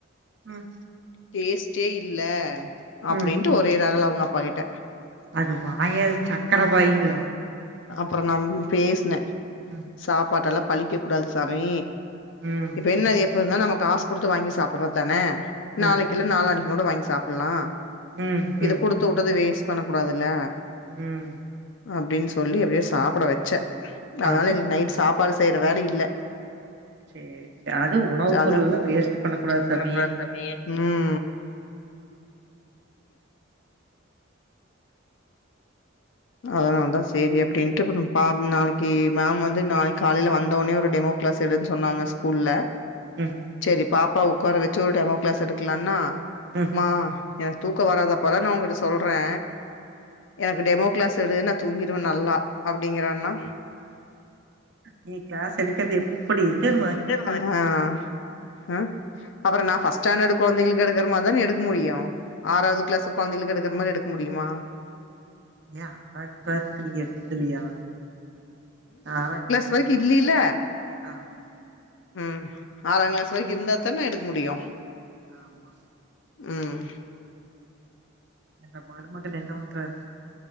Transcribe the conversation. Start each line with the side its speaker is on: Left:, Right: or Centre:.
Right: ம்
Left: டேஸ்ட்டே இல்ல அப்டின்ட்டு
Right: ம்
Left: ஒரே ரகல அவங்க அப்பா கிட்ட
Right: அது வாயா சக்கர வாயில
Left: அப்றோ நான் பேசுனே
Right: ம்
Left: சாப்பாட்டெல்லா பழிக்க கூடாது சாமி
Right: ம்
Left: இப்ப என்ன அது எப்ப இருந்தாலு நம்ம காசு குடுத்து வாங்கி சாப்பறதுதானே
Right: ம்
Left: நாளைக் இல்ல நாளானிக்னொட வாங்கி சாப்பெல்லா
Right: ம்
Left: இதுக்
Right: ம்
Left: குடுத்துட்டதே வேஸ்ட் பண்ணக் கூடாதுல்ல
Right: ம்
Left: அப்டின் சொல்லி அப்டியே சாப்ட வெச்சே அதனால
Right: அது
Left: இன்னிக் நைட் சாப்பாடு செய்ற வேலை இல்ல
Right: சேரி அதுவு உணவுப்
Left: அதா
Right: பொருள்லா வேஸ்ட் பண்ண கூடாது
Left: பண்ணக்கூடாது
Right: சாமி
Left: சாமி ம் அதனால தா சேரி அப்டின்ட்டு அப்றோ பாம் நாளைக்கி மேம் வந்து நாளைக் காலைல வந்தோனே ஒரு டெமோ க்ளாஸ் எடுன் சொன்னாங்க ஸ்கூல்ல
Right: ம்
Left: செரி பாப்பாவ ஒக்கார வச்சி ஒரு டெமோ கிளாஸ் எடுக்கலானா
Right: ம்
Left: மா எனக்கு தூக்க வராதபெல்லா நா ஒங்கிட்ட சொல்றே எனக்கு டெமோ கிளாஸ் எடு நா தூங்கிடுவே நல்லா அப்பிடிங்கறான்னா
Right: நீ கிளாஸ் எடுக்கறது எப்டி இருக்குற நா
Left: ஆ அ அப்றோ நா ஃபர்ஸ்ட் ஸ்டாண்டர்டு கொழந்தைங்களுக்கு எடுக்ற மாரி தானே எடுக்க முடியு ஆறாது கிளாஸு கொழந்தைகளுக்கு எடுக்ற மாரி எடுக்க முடியுமா
Right: யா <unintelligible> நீ எடுக்கலையா ஆ
Left: இப்போதைக் இல்லில்ல
Right: ஆம்
Left: ம் ஆறாங் கிளாஸ் வரைக்கு
Right: இருங்க
Left: இருந்தாத் தானே எடுக்க முடியு
Right: ஆமா
Left: ம்
Right: என்ற மருமகன் என்ன பண்றார்